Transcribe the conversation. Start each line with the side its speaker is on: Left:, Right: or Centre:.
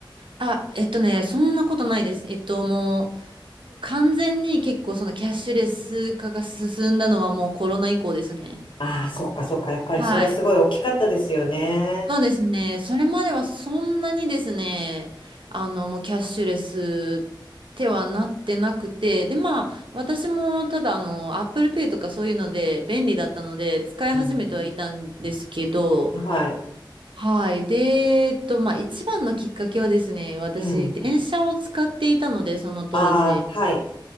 Right: あ、えっとね、そんなことないです。えっと、もう、完全に結構そのキャッシュレス化が進んだのはもうコロナ以降ですね。
Left: ああー、そっかそっか。やっぱりそれすごい大きかったですよね。
Right: はい。そうですね。それまではそんなにですね、あの、もうキャッシュレスってはなってなくて、で、まあ、私もただあの、Apple Pay とかそういうので便利だったので、使い始めてはいたんですけど、
Left: うん。はい。
Right: はい。で、えっと、まあ、一番のきっかけはですね、私、
Left: うん。
Right: 電車を使っていたので、その当時。
Left: ああ、はい。